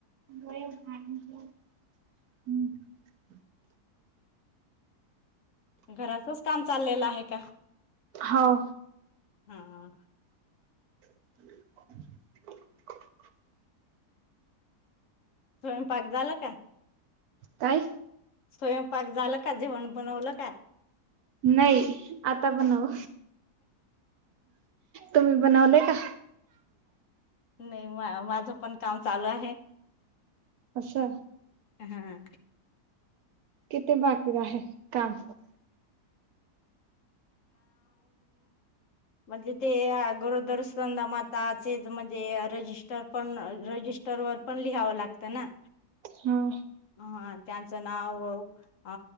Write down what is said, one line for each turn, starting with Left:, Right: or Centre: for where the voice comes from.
Right: गो भाग <unintelligible> हम्म <unintelligible>
Left: घराचच काम चाललेलं आहे का?
Right: हवं.
Left: हा हा.
Right: <unintelligible>
Left: स्वयंपाक झाला का?
Right: काय?
Left: स्वयंपाक झाल का जेवण बनवलं का.
Right: नाही आता पण बनव. तुम्ही बनवलंय का?
Left: नाही माझं पण काम चालू आहे
Right: असं
Left: हा.
Right: किथ बाकी रा आहे काम?
Left: म्हणजे ते गरदर्शन माताचे. म्हणजे रजिस्टर वर पण पण लिहावं लागतं ना.
Right: हा
Left: ह त्यांचं नाव अ